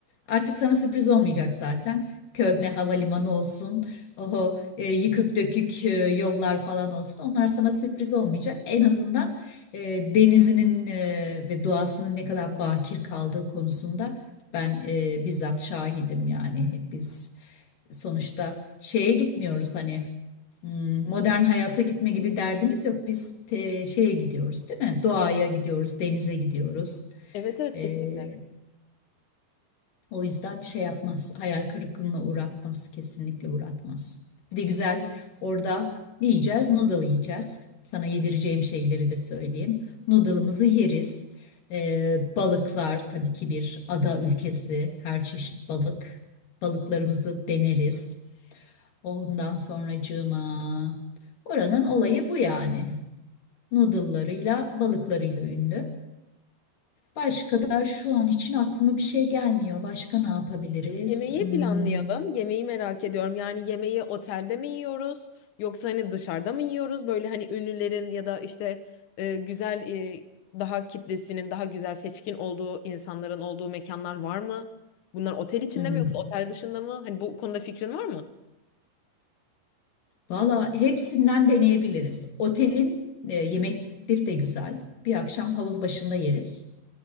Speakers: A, on the left (about 45°); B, on the left (about 80°).
A: artık sana sürpriz olmayacak zaten. Köhne havalimanı olsun, oho e, yıkık dökük e, yollar falan olsun. Onlar sana sürpriz olmayacak. En azından e, denizinin e, ve doğasının ne kadar bakir kaldığı konusunda ben e, bizzat şahidim yani biz sonuçta şeye gitmiyoruz hani hmm, modern hayata gitme gibi derdimiz yok. Biz te- şeye gidiyoruz değil mi? Doğaya gidiyoruz, denize gidiyoruz.
B: Evet evet
A: Ee,
B: kesinlikle.
A: o yüzden şey yapmaz, hayal kırıklığına uğratmaz, kesinlikle uğratmaz. Bir de güzel orada ne yiyeceğiz? Noodle yiyeceğiz. Sana yedireceğim şeyleri de söyleyeyim. Noodle'ımızı yeriz. Ee, balıklar tabii ki bir ada ülkesi. Her çeşit balık. Balıklarımızı deneriz. Ondan sonracığıma. Oranın olayı bu yani. Noodle'larıyla, balıklarıyla ünlü. Başka da şu an için aklıma bir şey gelmiyor. Başka ne yapabiliriz?
B: Yemeği
A: Hmm,
B: planlayalım. Yemeği merak ediyorum. Yani yemeği otelde mi yiyoruz yoksa hani dışarıda mı yiyoruz? Böyle hani ünlülerin ya da işte e, güzel e, daha kitlesinin daha güzel seçkin olduğu insanların olduğu mekanlar var mı? Bunlar otel içinde
A: hmm.
B: mi yoksa otel dışında mı? Hani bu konuda fikrin var mı?
A: Valla hepsinden deneyebiliriz. Otelin e, yemekleri de güzel. Bir akşam havuz başında yeriz.